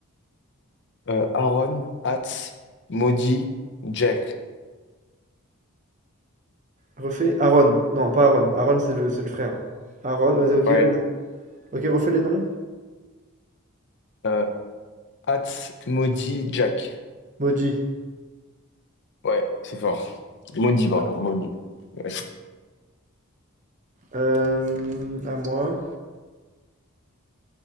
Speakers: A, on the left (about 55°); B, on the right (about 35°).
A: Euh, Aaron, Hatz, Maudit, Jack.
B: Refais Aaron. Non, pas Aaron. Aaron, c'est le, c'est le frère. Aaron, vas-y, ok,
A: Ouais.
B: vas-y. Ok, refais les noms.
A: Euh, Hatz, Maudit, Jack.
B: Moji.
A: Ouais, c'est fort. Maudit, pardon, Maudit. Ouais.
B: Euh, à moi.